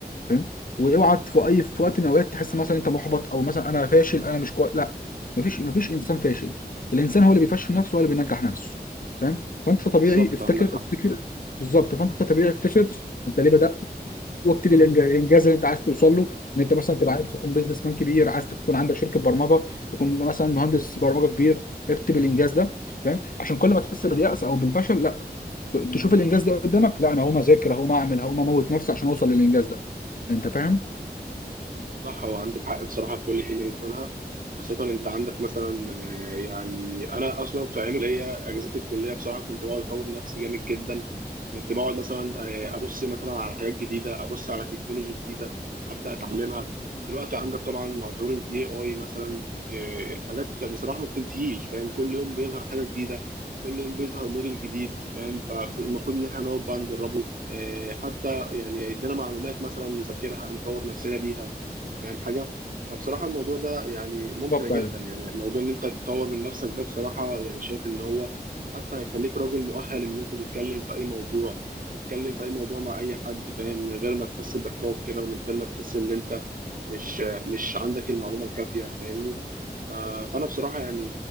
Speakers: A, on the left (about 55°); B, on the right (about 55°).
A: فاهم واوعى في اي في وقت من الاوقات تحس مثلا انت محبط او مثلا انا فاشل انا مش كويس لا مفيش مفيش انسان فاشل الانسان هو اللي بيفشل نفسه ولا بينجح نفسه فاهم فانت طبيعي
B: بالظبط
A: افتكر
B: عندك حق
A: افتكر بالظبط فانت طبيعي افتكر انت ليه بدات واكتب الإنج- الانجاز اللي انت عايز توصل له ان انت مثلا تبقى عايز تكون بيزنس مان كبير عايز تكون عندك شركه برمجه تكون مثلا مهندس برمجه كبير اكتب الانجاز ده فاهم عشان كل ما تحس باليأس او بالفشل لا ت- تشوف الانجاز ده قدامك لا انا هقوم اذاكر هقوم اعمل هقوم اموت نفسي عشان اوصل للانجاز ده انت فاهم
B: صح هو عندك حق بصراحة في كل كلمة بتقولها خاصة أنت عندك مثلا آه، يعني أنا أصلا في أيام الكلية أجازات الكلية بصراحة كنت بقعد أطور نفسي جامد جدا كنت بقعد مثلا آه، أبص مثلا على حاجات جديدة أبص على تكنولوجي جديدة أبدأ أتعلمها دلوقتي عندك طبعا مع ظهور ال AI مثلا آه، الحاجات بصراحة ما بتنتهيش فاهم كل يوم بيظهر حاجة جديدة كل يوم بيظهر موديل جديد فاهم فالمفروض إن إحنا نقعد بقى نجربه آه، حتى يعني يدينا معلومات مثلا نذاكرها نطور نفسنا بيها فاهم حاجه فبصراحه الموضوع ده يعني ممتع
A: بالظبط
B: جدا
A: أيوة.
B: يعني موضوع ان انت تطور من نفسك ده بصراحه يعني شايف ان هو حتى هيخليك راجل مؤهل ان انت تتكلم في اي موضوع تتكلم في اي موضوع مع اي حد فاهم من غير ما تحس باحراج كده ومن غير ما تحس ان انت مش مش عندك المعلومه الكافيه فاهمني ف- فانا بصراحه يعني